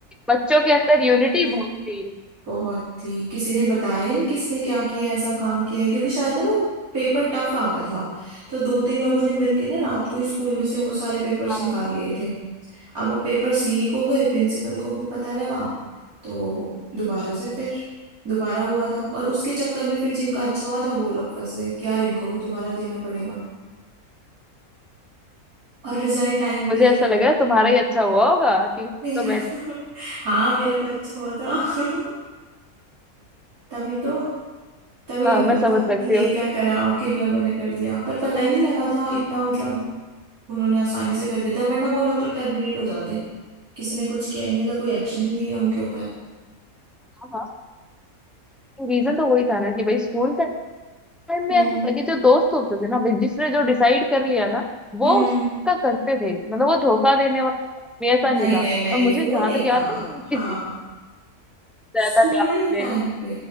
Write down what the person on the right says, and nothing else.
<laughs>
बहुत ही किसी ने बताया ही नहीं किसने क्या किया ऐसा काम किया है क्योंकि शायद ना वो पेपर टफ आ गया था तो दो तीन लोगों ने मिलके ना रात को ही स्कूल में से वो सारे पेपर्स
निकाल लिए थे अब वो पेपर्स लीक हो गए प्रिंसिपल को भी पता लगा तो दोबारा से फिर दोबारा हुआ था और उसके चक्कर में फिर जिनका अच्छा हुआ था वो लोग फंस गए कि यार इनको भी दोबारा देना पड़ेगा और रिजल्ट टाइम
पे ही-
मेरा
तो <laughs> हाँ मेरा तो अच्छा हुआ था <laughs> तभी तो तभी लग
रहा
था
कि ये
क्या करा किन लोगों ने कर दिया पर पता ही नहीं लगा था इतना मतलब उन्होंने आसानी से कर दिया था वरना वो लोग तो टर्मिनेट हो जाते किसी ने कुछ किया ही नहीं था कोई एक्शन ही नहीं लिया उनके ऊपर
हम्म
हम्म
नहीं
नहीं नहीं
वो
नहीं
था
हाँ
स्कूल
टाइम पे